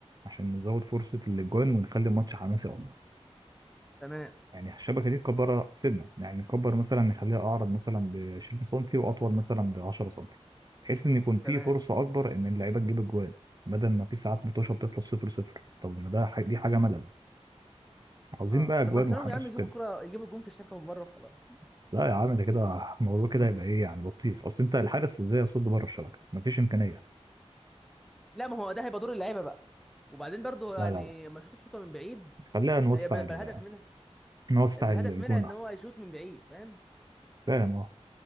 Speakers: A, on the right; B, in the centre.
A: عشان نزود فرصه الاجوان ونخلي الماتش حماسي اكتر
B: تمام
A: يعني الشبكه دي نكبرها سنه يعني نكبر مثلا نخليها اعرض مثلا ب 20 سم واطول مثلا ب 10 سم بحيث ان يكون في
B: تمام
A: فرصه اكبر ان اللعيبه تجيب اجوان بدل ما في ساعات متوشه بتخلص 0 0 طب ما ده ح- دي حاجه ملل عاوزين
B: اه
A: بقى اجوان
B: طب ما تخليهم
A: وحماس
B: يا عم يجيبوا
A: وكده
B: الكره يجيبوا الجون في الشبكه من بره وخلاص
A: لا يا عم ده كده <laughs> الموضوع كده هيبقى ايه يعني بطيخ اصل انت الحارس ازاي يصد بره الشبكه مفيش امكانيه
B: لا ما هو ده هيبقى دور اللعيبه بقى وبعدين برضو
A: لا
B: يعني
A: لا لا
B: ما يشوط شوطه من بعيد
A: خلينا نوسع
B: هيبقى
A: ال...
B: بالهدف منها
A: نوسع
B: بالهدف
A: ال- الجون
B: منها ان
A: احسن
B: هو يشوط من بعيد فاهم
A: فاهم أه.